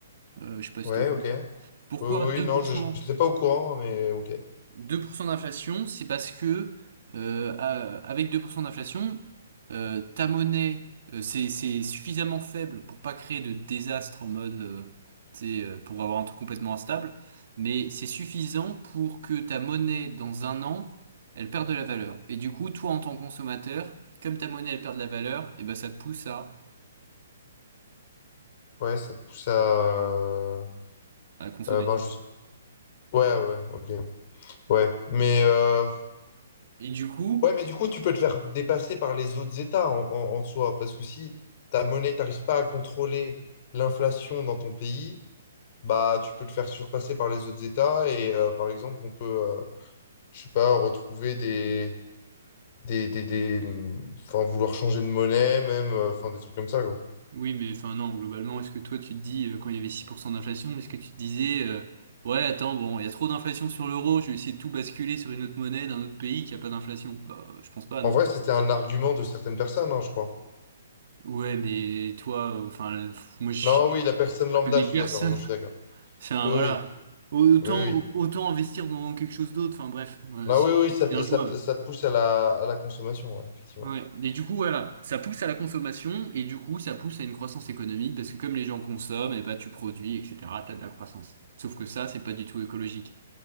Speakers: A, on the right (about 60°); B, on the left (about 45°).
A: Euh, je sais pas si
B: Ouais,
A: t'es au courant.
B: Ouais, ok.
A: Pourquoi
B: Oui, oui,
A: deux
B: non,
A: pour
B: je
A: cent
B: n'étais pas au courant, mais ok.
A: 2% d'inflation, c'est parce que euh, à- avec 2% d'inflation, euh, ta monnaie, euh, c'est, c'est suffisamment faible pour pas créer de désastre en mode, euh, tu sais, euh, pour avoir un truc complètement instable, mais c'est suffisant pour que ta monnaie, dans un an, elle perde de la valeur. Et du coup, toi, en tant que consommateur, comme ta monnaie, elle perd de la valeur, et ben ça te pousse à,
B: Ouais, ça te pousse à... euh,
A: à consommer.
B: euh, ben juste... Ouais, ouais, ok. Ouais. Mais, euh,
A: Et du coup,
B: ouais, mais du coup, tu peux te faire dépasser par les autres États en, en, en soi. Parce que si ta monnaie, t'arrives pas à contrôler l'inflation dans ton pays, bah tu peux te faire surpasser par les autres États. Et euh, par exemple, on peut, euh, je sais pas, retrouver des... des, des, des- hum, Enfin, vouloir changer de monnaie, même, euh, enfin, des trucs comme ça, quoi.
A: Oui, mais enfin non, globalement, est-ce que toi tu te dis, euh, quand il y avait 6% d'inflation, est-ce que tu te disais, euh, ouais, attends, bon, il y a trop d'inflation sur l'euro, je vais essayer de tout basculer sur une autre monnaie d'un autre pays qui a pas d'inflation? Bah, je pense pas,
B: En
A: non?
B: vrai, c'était un argument de certaines personnes, hein, je crois.
A: Ouais, mais toi, euh, enfin, euh, pff, moi je
B: Non,
A: je
B: oui, la personne lambda,
A: connais
B: je suis
A: personne.
B: d'accord. Non, je
A: <laughs>
B: suis d'accord.
A: Enfin
B: Oui,
A: voilà,
B: oui.
A: autant,
B: Oui, oui.
A: autant investir dans quelque chose d'autre, enfin bref, euh,
B: Non,
A: c'est
B: oui, oui,
A: c'est
B: ça,
A: injouable.
B: ça, ça pousse à la, à la consommation, ouais, effectivement.
A: Ouais. Et du coup, voilà, ça pousse à la consommation et du coup, ça pousse à une croissance économique parce que comme les gens consomment, et bah, tu produis, etc., t'as de la croissance. Sauf que ça, c'est pas du tout écologique.